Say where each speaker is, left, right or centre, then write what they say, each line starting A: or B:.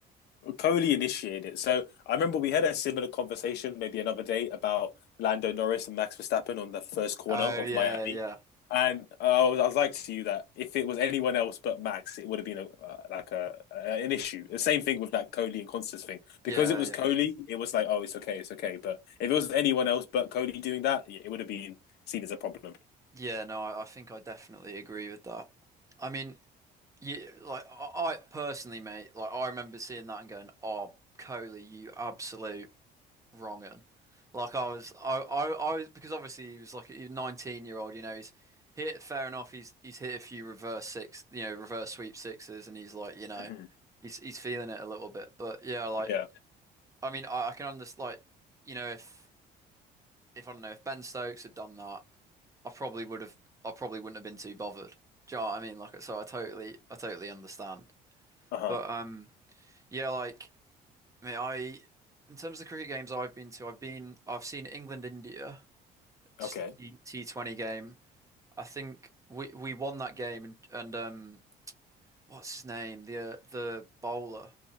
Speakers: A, on the left (about 75°); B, on the right (about 20°).
A: Coley initiated it. So I remember we had a similar conversation maybe another day about Lando Norris and Max Verstappen on the first corner
B: Oh
A: of
B: yeah,
A: Miami.
B: yeah.
A: And I was, I was like to you that if it was anyone else but Max, it would have been a, uh, like a, a an issue. The same thing with that Coley and Constance thing. Because
B: Yeah,
A: it was
B: yeah.
A: Coley, it was like, oh, it's okay, it's okay. But if it was anyone else but Coley doing that, yeah, it would have been seen as a problem.
B: Yeah, no, I, I think I definitely agree with that. I mean, you like I, I personally, mate, like I remember seeing that and going, "Oh, Coley, you absolute." wronging. Like I was, I, I, I was, because obviously he was like a 19 year old, you know, he's hit, fair enough, he's he's hit a few reverse six, you know, reverse sweep sixes, and he's like, you know,
A: Mm-hmm.
B: he's he's feeling it a little bit. But yeah, like,
A: Yeah.
B: I mean, I, I can understand, like, you know, if, if I don't know, if Ben Stokes had done that, I probably would have, I probably wouldn't have been too bothered. Do you know what I mean? Like, so I totally, I totally understand.
A: Uh huh.
B: But, um, yeah, like, I mean, I, in terms of the cricket games I've been to, I've been, I've seen England, India. just
A: Okay.
B: the T T20 game. I think we we won that game and and um what's his name? The uh, the bowler,